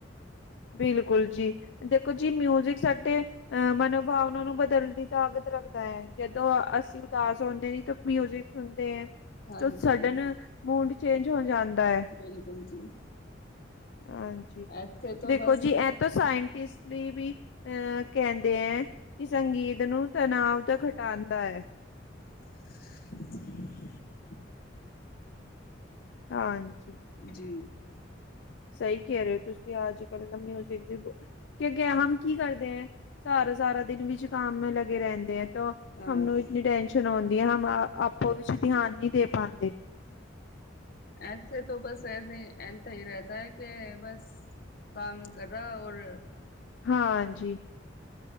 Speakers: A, on the left (about 65°); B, on the left (about 50°).
A: ਬਿਲਕੁਲ ਜੀ ਦੇਖੋ ਜੀ ਮਿਊਜਿਕ ਸਾਡੇ ਅਹ ਮਨੋਭਾਵਨਾ ਨੂੰ ਬਦਲ ਦੀ ਤਾਕਤ ਰੱਖਦਾ ਹੈ ਜਦੋਂ ਅਸੀਂ ਉਦਾਸ ਹੁੰਦੇ ਨੇ ਤਾਂ ਮਿਊਜਿਕ ਸੁਣਦੇ ਆ।
B: ਹਾਂਜੀ
A: ਤੇ ਸਾਡਾ ਨਾ ਮੂਡ ਚੇਂਜ ਹੋ ਜਾਂਦਾ ਹੈ।
B: ਬਿਲਕੁਲ ਜੀ।
A: ਹਾਂਜੀ
B: ਇੱਥੇ ਤੋਂ
A: ਦੇਖੋ
B: ਬਸ
A: ਜੀ ਇਹ ਤਾਂ ਸਾਇੰਟਿਸਟ ਲਈ ਵੀ ਅਹ ਕਹਿੰਦੇ ਹੈ ਕਿ ਸੰਗੀਤ ਨੂੰ ਤਨਾਵ ਦਾ ਘਟਾਉਂਦਾ ਹੈ।
B: <inaudible>
A: ਹਾਂਜੀ
B: ਜੀ।
A: ਸਈ ਕੈ ਰੇਓ ਤੁਸੀ, ਅੱਜ ਕੱਲ ਨਾ ਮਿਊਜਿਕ ਦੀ ਕੇ ਅੱਗੇ ਹਮ ਕੀ ਕਰਦੇ ਐ, ਸਾਰਾ-ਸਾਰਾ ਦਿਨ ਵਿੱਚ? ਕਮ ਮੇ ਲਗੇ ਰੈਂਦੇ ਐ, ਤੋਂ
B: ਹਾਂ।
A: ਹਮ ਨੂੰ ਇਤਨੀ ਟੈਂਸ਼ਨ ਹੁੰਦੀ ਏ, ਹਮ ਆਪੋ ਵਿੱਚ ਧਿਆਨ ਨਹੀਂ ਦੇ ਪਾਂਦੇ।
B: ਇੱਥੇ ਤੋਂ ਬਸ ਏਸੇ ਏਂਨ ਥਾਂ ਈ ਰੈਤਾ ਕੇ ਬਸ ਕਾਮ ਕਰਾ ਔਰ
A: ਹਾਂਜੀ।